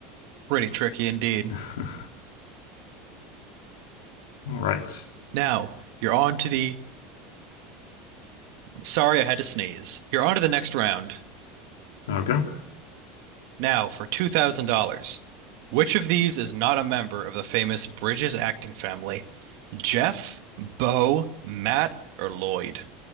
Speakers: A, on the right; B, on the left.
A: Pretty tricky indeed.
B: <laughs> All right.
A: Now you're on to the. Sorry, I had to sneeze. You're on to the next round.
B: Okay.
A: Now for two thousand dollars. Which of these is not a member of the famous Bridges acting family? Jeff, Bo, Matt, or Lloyd?